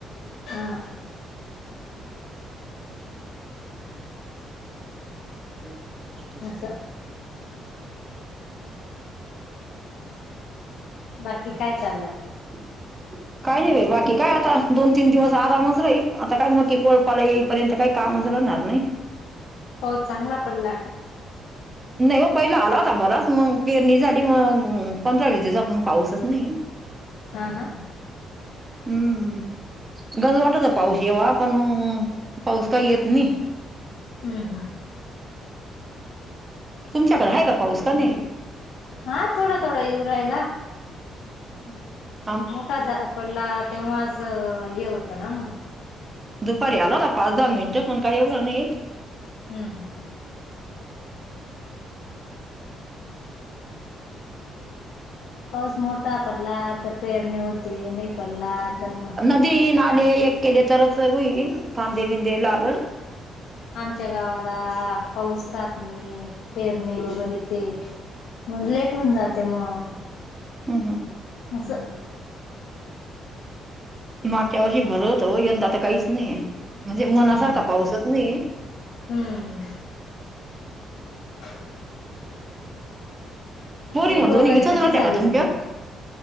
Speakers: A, on the left; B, on the right.
A: हा.
B: <unintelligible>
A: असं बाकी काय चाललं मग?
B: <unintelligible> काय नाही बा बाकी काय आता दोन तीन दिवस आरामच राहील आता काय मग की कोपाला येईपर्यंत काय कामच राहणार नाही.
A: पाऊस चांगला पडला का?
B: नाही ओ पहिलं आला होता बरच मग पेरणी झाली मग पंधरा वीस दिवसा पाहून पाऊसच नाही.
A: हाना.
B: हम्म. गज वाटत पाऊस येव्हा पण मग पाऊस काही येत नाही.
A: हम्म-हम्म ह.
B: तुमच्याकडे आहे का पाऊस का नाही?
A: हा थोड-थोडा इवरायला.
B: हम्म-हम्म.
A: मोठा पडला तेव्हाज हे होतं ना मग.
B: दुपारी आला होता पाच दहा मिनिटं पण काय एवढं नाही.
A: हम्मं-हम्म-हम्म. पाऊस मोठा पडला तर पेरणी होते नाही पडला तर मग.
B: तीन आले एक केले तरच होईल कांदे बिंदे लागड.
A: आमच्या गावाला पाऊस राहात नाही पेरणे वगैरे ते मग लेट होऊन जाते मग.
B: हम्म हं.
A: असं.
B: मागच्या वर्षी बरा होता हो यंदा तर काहीच नाही म्हणजे मनासारखा
A: हम्म
B: पाऊसच नाही.
A: हम्म. <unintelligible>
B: पोरी
A: ट्रिप
B: मग दोन्ही
A: वगैरे
B: इथंच
A: कशी
B: राहत्या
A: झाली
B: का तुमच्या
A: म तुमची